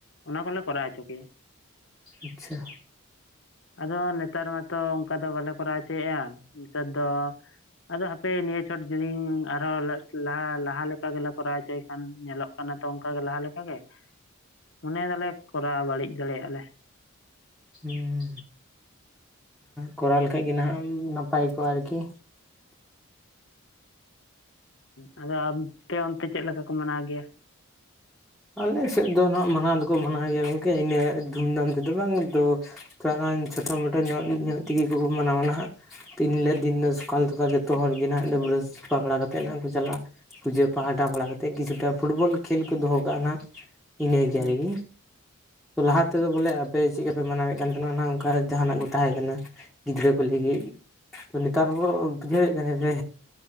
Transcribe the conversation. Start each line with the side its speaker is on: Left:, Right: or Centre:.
Left: ᱚᱱᱟ ᱠᱚᱞᱮ ᱠᱚᱨᱟᱣ ᱦᱚᱪᱚ ᱠᱮᱭᱟ᱾
Centre: ᱟᱪᱪᱷᱟ᱾
Left: ᱟᱫᱚ ᱱᱮᱛᱟᱨ ᱢᱟᱛᱚ ᱚᱱᱠᱟ ᱫᱚ ᱵᱟᱞᱮ ᱠᱚᱨᱟᱣ ᱦᱚᱪᱚᱭᱮᱫ-ᱟ, ᱱᱮᱛᱟᱨ ᱫᱚ ᱟᱫᱚ ᱟᱯᱮ ᱱᱤᱭᱟᱹ ᱪᱷᱚᱴ ᱡᱩᱫᱤᱧ ᱟᱨᱦᱚᱸ ᱞᱟᱦᱟ ᱞᱟᱦᱟ ᱞᱮᱠᱟ ᱜᱮᱞᱮ ᱠᱚᱨᱟᱣ ᱦᱚᱪᱚᱭ ᱠᱷᱟᱱ ᱧᱮᱞᱚᱜ ᱠᱟᱱᱟ ᱛᱚ ᱚᱱᱠᱟ ᱜᱮ ᱞᱟᱦᱟ ᱞᱮᱠᱟᱜᱮ᱾ ᱢᱚᱱᱮ ᱫᱟᱞᱮ ᱠᱚᱨᱟᱣ ᱵᱟᱹᱲᱤᱡ ᱫᱟᱲᱮᱭᱟᱜ-ᱟ ᱞᱮ᱾
Centre: ᱦᱩᱸᱻ ᱠᱚᱨᱟᱣ ᱞᱮᱠᱷᱟᱡ ᱜᱮ ᱱᱟᱦᱟᱜ ᱱᱟᱯᱟᱭ ᱠᱚᱜ-ᱟ ᱟᱨᱠᱤ᱾
Left: ᱦᱮᱸ ᱟᱫᱚ ᱟᱯᱮ ᱚᱱᱛᱮ ᱪᱮᱫ ᱞᱮᱠᱟ ᱠᱚ ᱢᱟᱱᱟᱣ ᱜᱮᱭᱟ?
Centre: ᱟᱞᱮ ᱥᱮᱫ ᱫᱚ ᱱᱟᱜ ᱢᱟᱱᱟᱣ ᱫᱚᱠᱚ ᱢᱟᱱᱟᱣ ᱜᱮᱭᱟ ᱜᱚᱢᱠᱮ ᱤᱱᱟᱹ ᱫᱷᱩᱢ-ᱫᱷᱟᱢ ᱛᱮᱫᱚ ᱵᱟᱝ ᱫᱚ ᱛᱷᱚᱲᱟ ᱜᱟᱱ ᱪᱷᱳᱴᱳ ᱢᱳᱴᱳ ᱧᱚᱜ ᱧᱚᱜ ᱛᱮᱜᱮ ᱠᱚ ᱢᱟᱱᱟᱣᱟ ᱱᱟᱦᱟᱜ᱾ ᱛᱤᱨᱞᱟᱹ ᱫᱤᱞᱞᱟᱹ ᱥᱚᱠᱟᱞ ᱥᱚᱠᱟᱞ ᱡᱷᱚᱛᱚ ᱦᱚᱲᱜᱮ ᱱᱟᱦᱟᱜ ᱰᱟᱹᱵᱨᱟᱹᱥ ᱥᱟᱯᱟ ᱵᱟᱲᱟ ᱠᱟᱛᱮᱫ ᱠᱚ ᱪᱟᱞᱟᱜ-ᱟ᱾ ᱯᱩᱡᱟᱹ ᱯᱟᱦᱴᱟ ᱯᱟᱲᱟ ᱠᱟᱛᱮᱫ ᱠᱤᱪᱷᱩᱴᱟ ᱯᱷᱩᱴᱵᱚᱞ ᱠᱷᱮᱞ ᱠᱚ ᱫᱚᱦᱚ ᱠᱟᱜ-ᱟ ᱱᱟᱦᱟᱸᱜ ᱤᱱᱟᱹᱜᱮ
Left: ᱦᱩᱸ
Centre: ᱡᱟᱭ ᱜᱮ᱾ ᱞᱟᱦᱟ ᱛᱮᱫᱚ ᱵᱚᱞᱮ ᱟᱯᱮ ᱪᱮᱫᱠᱟᱯᱮ ᱢᱟᱱᱟᱣ ᱮᱫ ᱠᱟᱱ ᱛᱟᱦᱮᱱᱟ ᱚᱱᱟ ᱚᱱᱠᱟ ᱡᱟᱦᱟᱱᱟᱜ ᱠᱚ ᱛᱟᱦᱮᱸ ᱠᱟᱱᱟ ᱜᱤᱫᱽᱨᱟᱹ ᱠᱚ ᱞᱟᱹᱜᱤᱫ᱾ ᱛᱚ ᱱᱮᱛᱟᱨ ᱵᱚᱱ ᱵᱩᱡᱷᱟᱹᱣᱮᱫ ᱠᱟᱱᱟ ᱡᱮ